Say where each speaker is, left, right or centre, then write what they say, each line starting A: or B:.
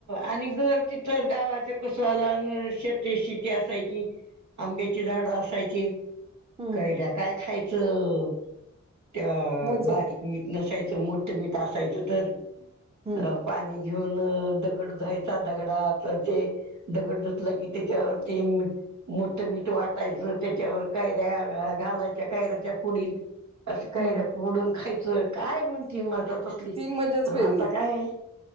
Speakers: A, on the right; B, on the right.
A: आणि घर तिथंच गावाच्या कसला शेती शेती असायची
B: <inaudible>
A: आंब्याची झाडं असायची
B: हम्म
A: कैऱ्या काय खायचं त्या
B: मजा
A: बारीक मीठ नसायचं मोठं मीठ असायचं तर
B: हम्म
A: अ पाणी घेऊन दगड जायचा दगडा तर ते दगड झतला की त्याच्यावरती मीठ वाटायचं त्याच्यावर कैऱ्या घालायच्या कैऱ्याच्या पुढील असं कैऱ्या
B: हम्म
A: मोडून खायचं काय म्हणती मजा तसली
B: ती मजाच
A: आणि
B: वेगळी
A: आता काय आहे.